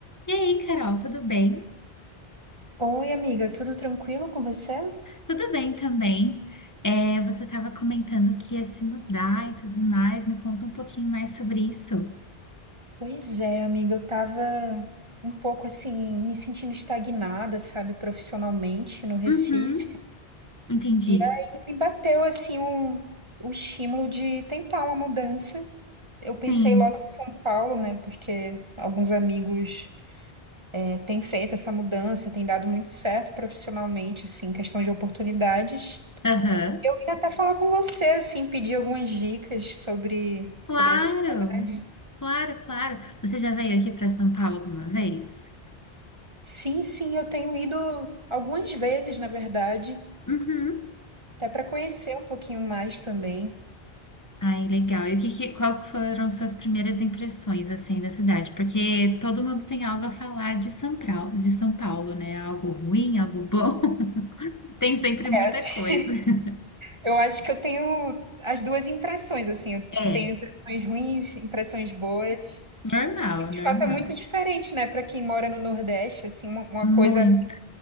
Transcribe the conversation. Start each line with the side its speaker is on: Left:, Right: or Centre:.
Left: E aí, Carol, tudo bem?
Right: Oi, amiga, tudo tranquilo com você?
Left: Tudo bem também. É, você estava comentando que ia se mudar e tudo mais. Me conta um pouquinho mais sobre isso.
Right: Pois é, amiga, eu tava um pouco assim, me sentindo estagnada, sabe, profissionalmente no Recife.
Left: Uhum, entendi.
Right: E aí me bateu assim um, o estímulo de tentar uma mudança. Eu pensei
Left: Sim.
Right: logo em São Paulo, né, porque alguns amigos eh, têm feito essa mudança, tem dado muito certo profissionalmente, assim, questão de oportunidades.
Left: Aham.
Right: Eu ia até falar com você, assim, pedir algumas dicas sobre, sobre
Left: Claro,
Right: a cidade.
Left: claro, claro. Você já veio aqui para São Paulo alguma vez?
Right: Sim, sim, eu tenho ido algumas vezes, na verdade,
Left: Uhum.
Right: até para conhecer um pouquinho mais também.
Left: Ai, legal. E o que, que, qual que foram suas primeiras impressões, assim, da cidade? Porque todo mundo tem algo a falar de São Paulo, de São Paulo, né? Algo ruim, algo bom. <laughs> Tem sempre muita
Right: É, assim,
Left: coisa. <laughs>
Right: eu acho que eu tenho as duas impressões, assim, eu
Left: É,
Right: tenho impressões ruins, impressões boas.
Left: normal,
Right: E,
Left: normal.
Right: de fato, é muito diferente, né, para quem mora no Nordeste, assim, uma, uma
Left: Muito.
Right: coisa ruim